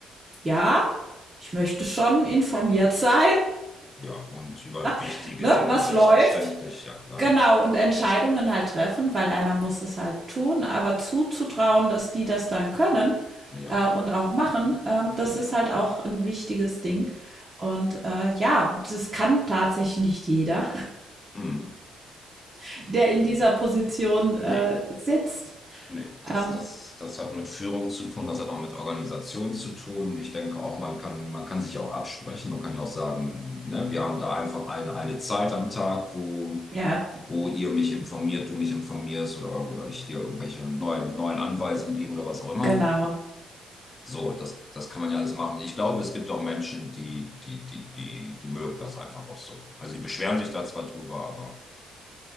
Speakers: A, on the right; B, on the left.
A: ja, ich möchte schon informiert sein,
B: Ja, und über wichtige
A: <laughs> ne,
B: Dinge
A: was
B: selbstverständlich,
A: läuft,
B: ja klar.
A: Genau, und Entscheidungen halt treffen, weil einer muss es halt tun, aber zuzutrauen, dass die das dann können
B: Ja,
A: äh, und auch machen, ähm, das
B: ja, ja.
A: ist halt auch ein wichtiges Ding. Und äh, ja, das kann tatsächlich nicht jeder,
B: Hm.
A: <laughs> der in dieser Position
B: Nee,
A: äh, sitzt.
B: nee. Das,
A: Ähm,
B: das, das hat mit Führung zu tun, das hat auch mit Organisation zu tun. Ich denke auch, man kann, man kann sich auch absprechen. Man kann ja auch sagen, ne, wir haben da einfach eine, eine Zeit am Tag, wo,
A: ja,
B: wo ihr mich informiert, du mich informierst oder, oder ich dir irgendwelche neuen, neuen Anweisungen gebe oder was auch immer.
A: genau.
B: So, das, das kann man ja alles machen. Ich glaube, es gibt auch Menschen, die, die, die, die, die mögen das einfach auch so. Also die beschweren sich da zwar drüber, aber